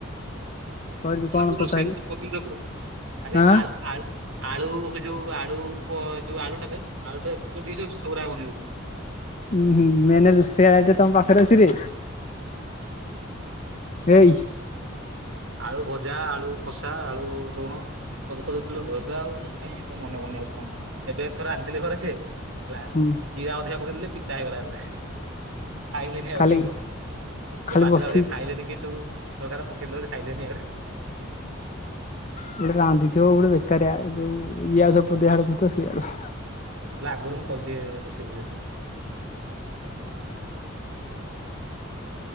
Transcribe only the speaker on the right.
ମତେ ତୁ ରୋଷେଇରେ
ତୁ କହୁଥୁଲ୍ ଦବୁ ଆରେ
ଆଳୁ ଆଳୁ ଆଳୁ ହେଇ ଯୋଉ ଆଳୁ ପ ଯୋଉ ଆଳୁଟା ରେ ଆଳୁଟା ତେ ସବୁ ଡିସ୍ ଅଛି ସବୁଗୁରା ବନେଇଦଉଥିଲି।
ଆଳୁଭଜା ଆଳୁକଷା ଆଳୁତୁଣ। ସବୁ କରିଦଉଥିଲୁ ଏବେ ଆଉ ମୁଁ କାଇଁ ଏବେ ମନେ ପଡୁନି ଆଉ କଣ ଏବେ ଥରେ ରାନ୍ଧିଥିଲି ଘରେ ସେ ହେଲା
ଜିରା ଅଧିକା ପକେଇଦେଲି ଯେ ପିତା ହେଇଗଲା ଏକାଥେରେ। ଖାଇଲେନି ଆଉ
କେହି ଘ ମତେ
ବାଧିଲା
ବଳିଆ ଖାଇଲେନି କେହି ସବୁ ତରକାର ପକେଇ ଦେଲେ ଯେ। ଖାଇଲେନି ଆଉ।
ନହେଲେ ଆଗରୁ ମୁଁ କରିଦିଏ ରୋଷେଇ ଫୋଷେଇରେ।